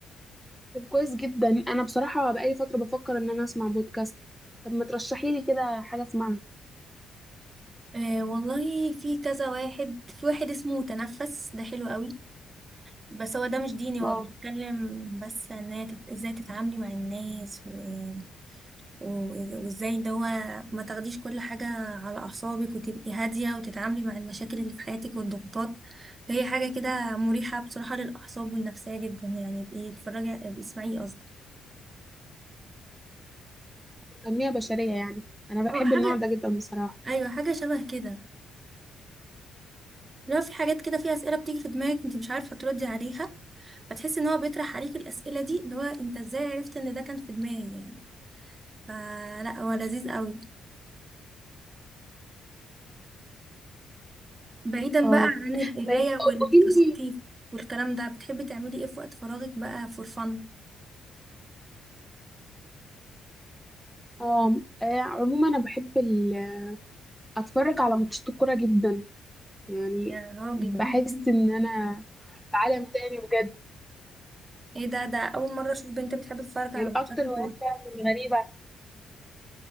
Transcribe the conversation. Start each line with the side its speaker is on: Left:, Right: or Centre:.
Centre: طب كويس جدا انا بصراحه بقالي فتره بفكر ان انا اسمع بودكاست طب ما ترشحي لي كده حاجه اسمعها
Right: آه والله في كذا واحد في واحد اسمه تنفس ده حلو قوي بس هو ده مش ديني هو
Centre: اه
Right: بيتكلم بس ان هي تت- ازاي تتعاملي مع الناس و- وازاي ان هو ما تاخديش كل حاجة على أعصابك وتبقي هادية وتتعاملي مع المشاكل اللي في حياتك والضغوطات فهي حاجة كده مريحة بصراحة للأعصاب والنفسية جدا يعني ابقي اتفرجي ابقي اسمعيه قصدي
Centre: تنميه بشريه يعني انا بحب
Right: اه حاجة
Centre: النوع ده جدا بصراحه
Right: أيوة حاجة شبه كده لو في حاجات كده في أسئلة بتيجي في دماغك انت مش عارفة تردي عليها فتحسي ان هو بيطرح عليك الأسئلة دي اللي هو انت ازاي عرفت ان ده كان في دماغي يعني فلا هو لذيذ قوي بعيدا
Centre: اه
Right: بقى عن القراية
Centre: طيب قولي
Right: والتثقيف
Centre: لي
Right: والكلام ده بتحبي تعملي ايه في وقت فراغك بقى فور فن
Centre: اه آه، عموما انا بحب ال... اتفرج على ماتشات الكوره جدا يعني
Right: يا راجل
Centre: بحس ان انا في عالم تاني بجد
Right: <laughs> ايه ده ده اول مرة اشوف بنت بتحب تتفرج على
Centre: طيب
Right: ماتشات
Centre: اكتر هوايات
Right: كورة
Centre: فعلا غريبه